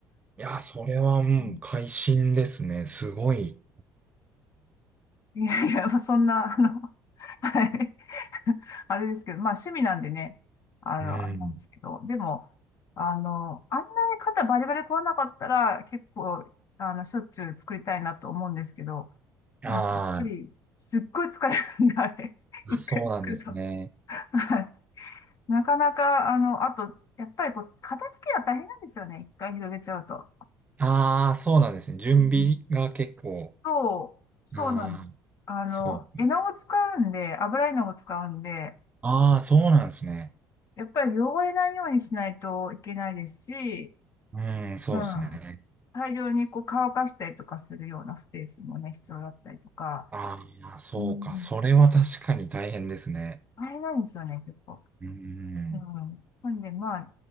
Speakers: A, on the right; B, on the left.
A: いや、それは、うん、
B: うん
A: 会心ですね。すごい。
B: いやいや、まあ、そんな、あの、はい。<laughs> あれですけど、まあ趣味なんでね、あの、
A: うん。
B: あれなんですけど、でも、あの、あんなに肩バリバリ凝らなかったら、結構、あの、しょっちゅう作りたいなと思うんですけど、
A: あ
B: なんかやっぱり、すっごい疲れるんで、あれ、<laughs>
A: ーあ、
B: 一回作ると。
A: そうなんですね。
B: はいなかなか、あの、あと、やっぱりこう、片付けが大変なんですよね、一回広げちゃうと。
A: ああ、そうなんですね。準備が結構。
B: うんそう、そうなんです。
A: ああ、
B: あの、
A: そう。
B: 絵の具使うんで、油絵の具使うんで、
A: ああ、そうなんですね。
B: やっぱり汚れないようにしないといけないですし、
A: うん、そうですね。
B: うん。大量にこう乾かしたりとかするようなスペースもね、必要だったりとか、
A: ああ、そうか。
B: うん。
A: それは確かに大変ですね。
B: 大変なんですよね、結構。
A: うん、
B: うん。なんで、まあ、